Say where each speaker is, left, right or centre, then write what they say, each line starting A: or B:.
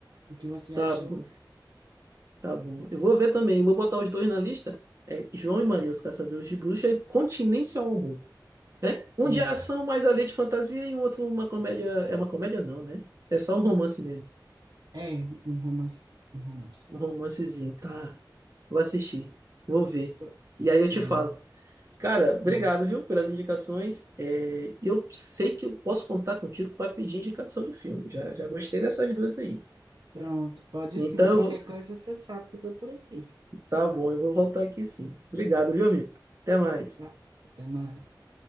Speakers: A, on the right; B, on the right.
A: o que você achou.
B: tá bom. Tá bom. Eu vou ver também, vou botar os dois na lista. É João e Maria, os Caçadores de Bruxas, e Continência ao Amor. Um
A: Isso.
B: de ação, mais além de fantasia, e o outro uma comédia. É uma comédia, não, né? É só um romance mesmo.
A: É, um romance, um romance.
B: Um romancezinho. Tá. Vou assistir. Vou ver.
A: Pr-
B: E aí eu te
A: Pronto,
B: falo. Cara,
A: pronto.
B: obrigado, viu, pelas indicações. É, eu sei que eu posso contar contigo para pedir indicação de filme. Já, já gostei dessas duas aí.
A: Pronto, pode
B: Então,
A: sim.
B: eu
A: Qualquer
B: vou...
A: coisa você sabe que eu estou por aqui.
B: tá bom, eu vou voltar aqui sim. Obrigado, viu, amigo? Até mais.
A: Tá? Até mais.